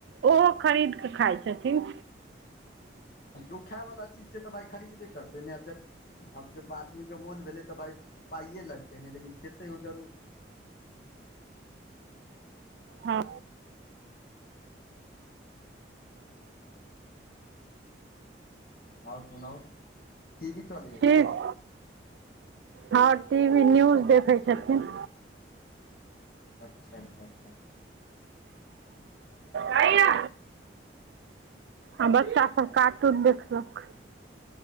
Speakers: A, on the right; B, on the left.
A: ओहो खरीद कऽ खाइ छथिन।
B: ओ खायवला चीज छै तऽ भाय खरीदबे करतै नहि आब जक आब जब आदमी के मोन भेलै तऽ भाय पाइए लगतै नहि लेकिन खेतै ओ जरूर
A: ह
B: आओर सुनाउ टी वी चलैए
A: ठीक।
B: की यै
A: ह टी वी न्यूज देखै छथिन
B: अच्छा अच्छा
A: कइया। आ बच्चा सभ कार्टून देखलक